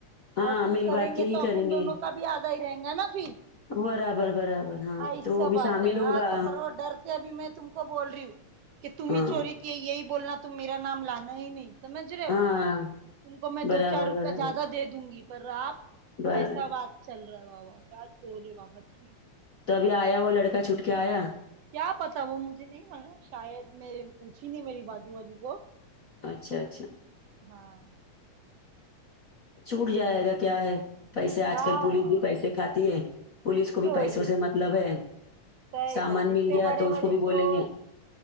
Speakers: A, on the left; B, on the right.
A: ہاں
B: اور کچھ
A: مل
B: کریں
A: بانٹ کے
B: گے
A: ہی
B: تو اپن
A: کریں گے
B: دونوں کا بھی آدھا ہی رہیں گا نا پھر
A: برابر برابر ہاں
B: ایسا
A: تو وہ بھی
B: بات
A: شامل
B: ہے
A: ہوگا
B: ہاں تو پر وہ ڈر سے ابھی میں تم کو بول رہی ہوں کہ تم
A: ہاں
B: ہی چوری کئے یہی بولنا تم میرا نام لانا ہی نہیں سمجھ رہے
A: ہاں
B: ہو تم کو میں
A: برابر
B: دو چار روپئے
A: برابر
B: زیادہ دے دوں گی پر آپ
A: برابر
B: ایسا بات چل رہا ہے بابا کیا چور ہے بابا چھی
A: تو ابھی آیا وہ لڑکا چھوٹ کے آیا
B: کیا پتا وہ مجھے نہیں مانا شاید میں پوچھی نہیں میری بازو والی کو
A: اچھا اچھا
B: ہاں
A: چھوٹ جائے گا کیا ہے پیسے آج
B: ہاں
A: کل پولیس بھی پیسے کھاتی ہے پولس کو
B: چھوڑ
A: بھی پیسوں
B: دیتی
A: سے مطلب ہے
B: صحیح
A: سامان
B: بات
A: مل
B: اتنے
A: گیا
B: بڑے
A: تو
B: بڑے
A: اس کو بھی بولیں
B: چور
A: گے